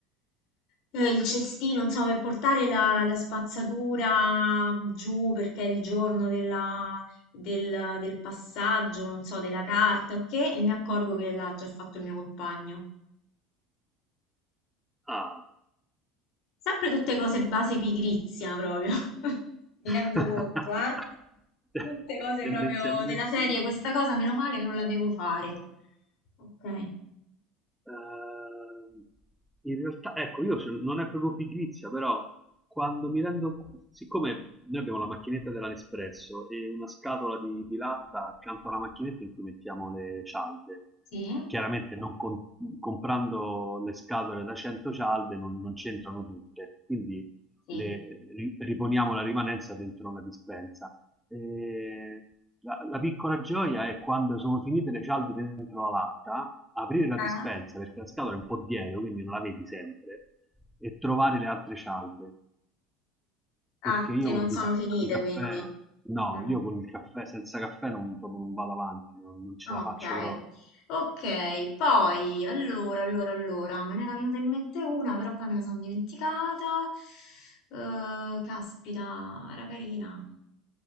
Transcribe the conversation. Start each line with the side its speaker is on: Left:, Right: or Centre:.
Left: eh, il cestino, insomma, per portare la, la spazzatura giù perché è il giorno della- del, del passaggio, non so, della carta, ok? E mi accorgo che l'ha già fatto il mio compagno.
Centre: Ah,
Left: Sempre tutte cose base pigrizia, proprio. <laughs> Mi
Centre: <laughs>
Left: rendo conto, eh? Tutte cose
Centre: Tendenzialmente
Left: proprio della serie,
Centre: sì.
Left: questa cosa meno male non la devo fare. Ok.
Centre: Ehm, in realtà, ecco, io se- non è proprio pigrizia, però quando mi rendo, siccome noi abbiamo la macchinetta della Nespresso e una scatola di, di latta accanto alla macchinetta in cui mettiamo le cialde,
Left: Sì,
Centre: chiaramente non con- comprando le scatole da 100 cialde non, non c'entrano tutte, quindi
Left: sì.
Centre: le- ri- riponiamo la rimanenza dentro una dispensa. Eh, la, la piccola gioia è quando sono finite le cialde dentro la latta, aprire la
Left: Eh?
Centre: dispensa perché la scatola è un po' dietro, quindi non la vedi sempre, e trovare le altre cialde.
Left: Ah,
Centre: Perché io
Left: che non sono
Centre: di,
Left: finite
Centre: di caffè,
Left: quindi.
Centre: no,
Left: Mm.
Centre: io con il caffè, senza caffè non, proprio non vado avanti, non, non ce
Left: Ok,
Centre: la faccio proprio.
Left: ok, poi allora, allora, allora, me ne era venuta in mente una, però poi me la sono dimenticata. Eh, caspita, era carina.